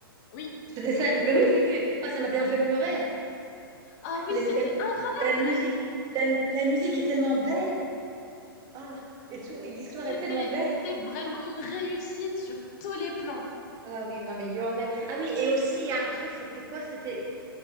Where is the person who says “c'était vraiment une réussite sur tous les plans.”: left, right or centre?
Left